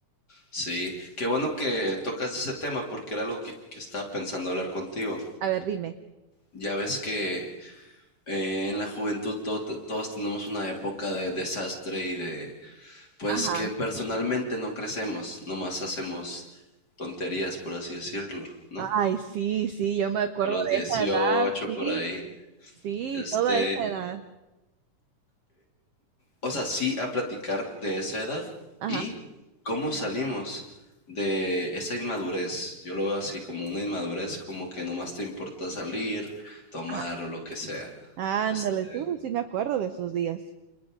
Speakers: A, on the left; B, on the right.
A: Sí, qué bueno que tocas ese tema porque era algo que, que estaba pensando hablar contigo.
B: A ver, dime.
A: Ya ves que eh, en la juventud todo- te- todos tenemos una época de desastre y de, pues
B: Ajá.
A: que personalmente no crecemos, nomás hacemos tonterías, por así decirlo, ¿no?
B: Ay, sí, sí, yo me acuerdo
A: A los
B: de
A: 18
B: esa edad, sí,
A: por ahí.
B: sí,
A: Este,
B: toda esa edad.
A: O sea, sí a platicar de esa edad
B: Ajá,
A: y cómo salimos de esa inmadurez. Yo lo veo así como una inmadurez, como que nomás te importa salir, tomar
B: ajá.
A: o lo que sea.
B: Ándale,
A: Este,
B: uh, sí me acuerdo de esos días.